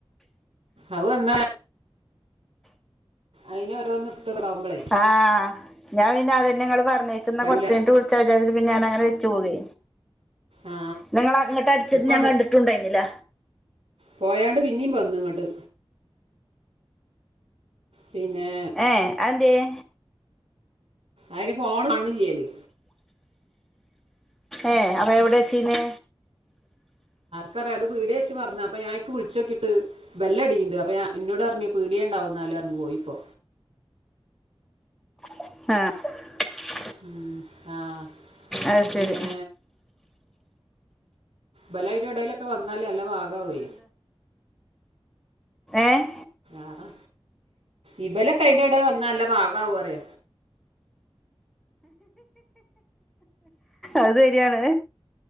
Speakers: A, on the right; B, in the centre.
A: അത് വന്നാ അതിനെ ഓരോന്ന് എടുത്തിടാവുമ്പളേ
B: ആ ഞാൻ പിന്നെ അത പിന്നങ്ങള് പർഞ്ഞേക്ക്ന്ന
A: കഴിയൂല
B: കൊർച്ചെയ്ഞ്ഞിട്ട് വിൾച്ചാജാരി പിന്നെ ഞാനങ്ങനെ വെച്ചു പോകേ.
A: ആ
B: ന്നങ്ങള അങ്ങട്ട് അട്ച്ചത്
A: ഇപ്പാണ്ട്
B: ഞാൻ കണ്ടിട്ടുണ്ടായിന്നില്ല.
A: പോയാണ്ട് പിന്നീ വന്നു ഇങ്ങട്ട്. പിന്നെ
B: ഏഹ് അഹെന്തേയ്?
A: അയിന് ഫോണ് കാണ് ലില്ലേല്.
B: ഏഹ് അപ്പ എവിടെച്ചീന്ന്?
A: ക്കറിയ അത് പീട്യേ വെച്ച് മർന്ന് അപ്പ ഞാ അയ്ക്ക് വുൾച്ചോക്കിട്ട് ബെ ല്ലടിണ്ട് അപ്പ യാ ഇന്നോടർഞ് പീടേണ്ടാവുന്ന അലർഞ്ഞു പോയിപ്പോ.
B: ആഹ്
A: ഉം ആഹ്
B: അഹ്
A: പിന്നെ
B: സെരി
A: ബലയ്ന് എടേയ്ലൊക്കെ വന്നാല് നല്ല പാകാവേ.
B: ഏഹ്
A: ആഹ്. ഇബലൊക്കെ അയ്ന്റെടെ വന്നാ അല്ല പാകാവു പറിയ.
B: അത് സരിയാണ്.